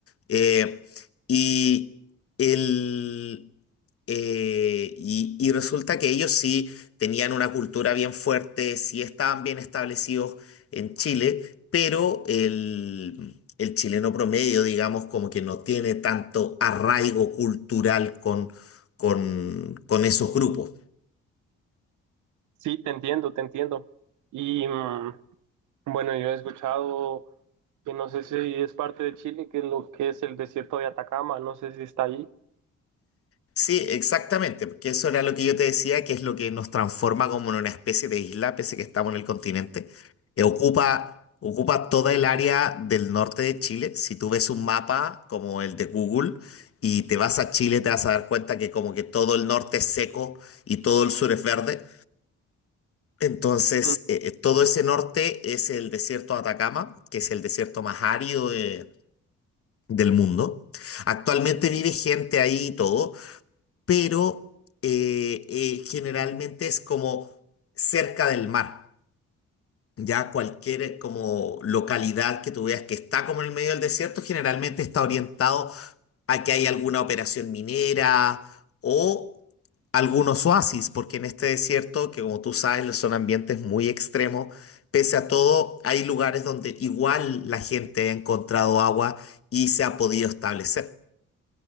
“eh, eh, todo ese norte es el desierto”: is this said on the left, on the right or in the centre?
Left